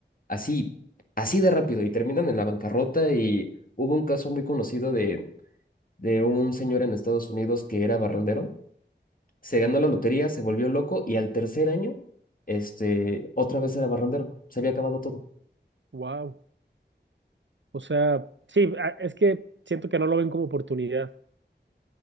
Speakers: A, on the left; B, on the right.
A: así, así de rápido y terminan en la bancarrota y hubo un caso muy conocido de, de un señor en Estados Unidos que era barrendero, se ganó la lotería, se volvió loco y al tercer año, este, otra vez era barrendero, se había acabado todo.
B: wow. O sea, sí, a- es que siento que no lo ven como oportunidad,